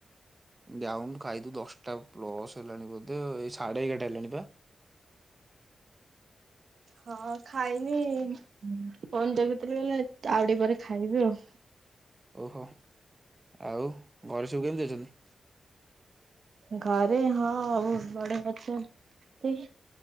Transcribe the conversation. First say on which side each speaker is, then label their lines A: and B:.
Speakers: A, on the right; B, on the right.
A: ଯାଉନୁ ଖାଇବୁ ଦଶଟା ପ୍ଲସ ହେଲାଣି ବୋଧେ ଏଇ ସାଢେ ଏଗାରଟା ହେଲାଣି ପା।
B: ହଁ ଖାଇନି ଫୋନ୍ ଦେଖୁଥିଲି ବୋଲେ ଆଉ ଟିକେ ପରେ ଖାଇବି ଆଉ।
A: ଓହୋ ଆଉ ଘରେ ସବୁ କେମିତି ଅଛନ୍ତି?
B: ଘରେ ହଁ ବୋହୁତ ବଢିଆ ଅଛ ନ୍ତି।